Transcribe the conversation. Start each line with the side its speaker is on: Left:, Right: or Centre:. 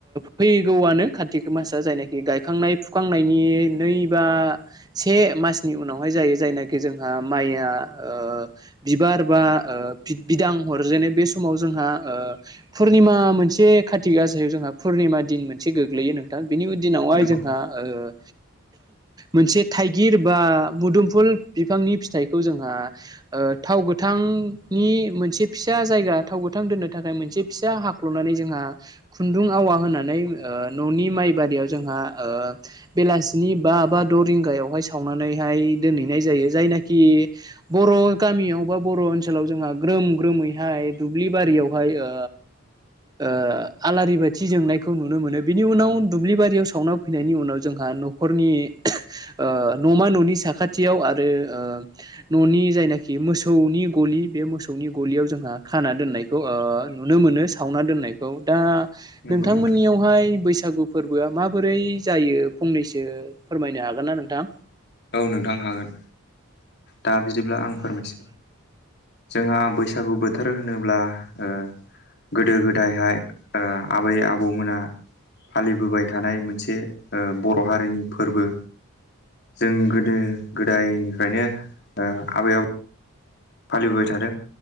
Right: फैगौआनो कातिक मासआ जायनाखि गायखांनाय फुखांनायनि नै इबा से मानसि उनावहाय जायो जायनाखि‌ जोंहा माइआ ओ बिबा र बा बिदां अरजेनो बे समाव जोंहा पुरनिमा मोनसे खारथिग गासायाव जोंहा पुर्निमा दिन मोनसे गोग्लैयो नोंथां बिनि दिनावहाय
Left: नंगौ
Right: जोंहा ओ मोनसे थाइगिर बा मुदुमफुल बिफांनि फिथाइखौ जोंहा ओ थाव गोथां नि मोनसे फिसा जायगा थाव गोथां दोननो थाखाय मोनसे फिसा हाख्ल'नानै जोंहा खुन्दुं आवा होनानै ओ न'नि माइ बारियाव जोंहा ओ बेलासिनि बा बाबा द रिंगायावहाय सावनानै हाय दोनहैनाय जायो जायनाखि बर' गामियावबा बर' ओनसोलाव जोंहा ग्रोम ग्रोमैहाय दुब्लि बारियावहाय ओ ओ आलारि बाथि जोंनायखौ नुनो मोनो बिनि उनाव दुब्लिबारियाव सावना फैनायनि उनाव जोंहा न'खरनि ओ न'मा न'नि साखाथियाव आरो ओ न'नि जायनाखि मोसौ नि गलि बे मोसौनि गलियाव जोंहा खाना दोननायखौओ नुनो मोनो सावना दोननायखौ दा
Left: नंगौ
Right: नोंथांमोननियावहाय
Left: नोंथां
Right: बैसागु फोरबोआ माबोरै जायो फंनैसो फोरमायनो हागोन ना नोंथां
Left: औ नोंथां हागोन दा बिदिब्ला आं फोरमायसै जोंहा बैसागु बोथोर होनोब्ला ओ गोदो गोदायहाय ओ आबै आबौमोना फालिबोबाय थानाय मोनसे ओ बर' हारिनि फोरबो जों गोदो गोदायनिफ्रायनो ओ आबै आबौ फालिबोबाय थादों